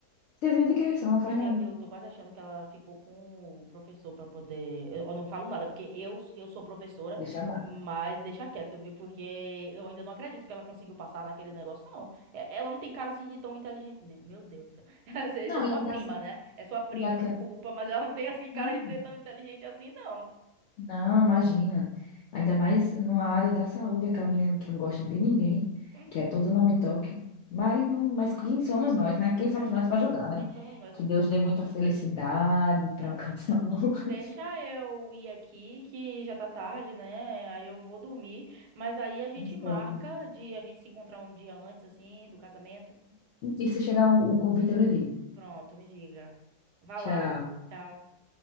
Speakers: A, on the left (about 70°); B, on the right (about 80°).
A: Serviu de quê se ela não faz nada?
B: Eu, eu tô quase achando que ela ficou com o professor pra poder. Eu, eu não falo nada, porque eu, eu sou professora,
A: Deixa abaixo.
B: mas deixa quieto, viu? Porque eu ainda não acredito que ela conseguiu passar naquele negócio, não. É- Ela não tem cara assim de tão inteligente. Ne- Meu Deus do céu. <laughs>
A: Não,
B: É sua
A: e ainda
B: prima,
A: assim,
B: né? É sua prima,
A: e aquela.
B: desculpa, mas ela não tem assim cara
A: Não.
B: de ser tão inteligente assim, não.
A: Não, imagina. Ainda mais numa área da saúde, aquela menina que não gosta de ninguém,
B: <laughs>
A: que é todo nome e toque. Mas, não, mas quem somos nós, né? Quem somos
B: Hum, é.
A: nós para julgar, né?
B: Quem somos nós?
A: Que Deus dê muita felicidade para
B: É,
A: o casal. <laughs>
B: Deixa eu ir aqui, que já tá tarde, né? Aí eu vou dormir. Mas aí a gente
A: Tá
B: marca
A: certo.
B: de a gente se encontrar um dia antes, assim, do casamento.
A: E se chegar o, o convite, eu lhe digo.
B: Pronto, me diga. Vá
A: Tchau.
B: lá. Tchau.